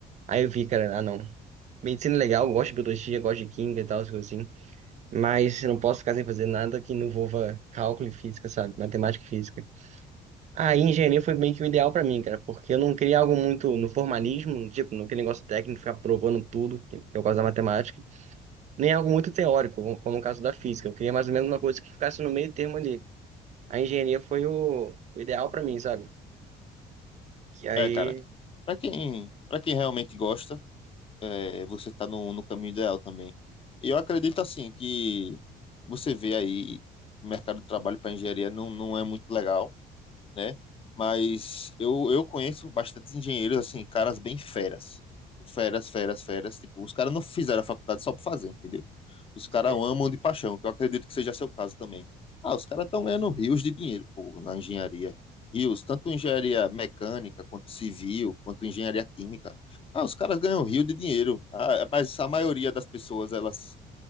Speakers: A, on the right (about 45°); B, on the left (about 35°).
A: Aí eu vi, cara, ah, não. Medicina é legal, eu gosto de biologia, gosto de química e tal, essas coisas assim. Mas eu não posso ficar sem fazer nada que não envolva cálculo e física, sabe? Matemática e física. Aí engenharia foi meio que o ideal pra mim, cara, porque eu não queria algo muito no formalismo, tipo, naquele negócio técnico, ficar provando tudo, que que é o caso da matemática, nem algo muito teórico, como como no caso da física. Eu queria mais ou menos uma coisa que ficasse no meio termo ali. A engenharia foi o, o ideal pra mim, sabe? Que aí.
B: É, cara, para quem, para quem realmente gosta, é, você tá no, no caminho ideal também. E eu acredito assim que você vê aí o mercado de trabalho para engenharia não, não é muito legal, né? Mas eu, eu conheço bastantes engenheiros assim, caras bem feras. Tipo, Feras, feras, feras, tipo, os caras não fizeram a faculdade só por fazer, entendeu? os
A: sei.
B: caras amam de paixão, que eu acredito que seja seu caso também. Ah, os caras estão ganhando rios de dinheiro, pô, na engenharia. Rios, tanto engenharia mecânica, quanto civil, quanto engenharia química. Ah, os caras ganham rio de dinheiro. Ah, mas a maioria das pessoas, elas,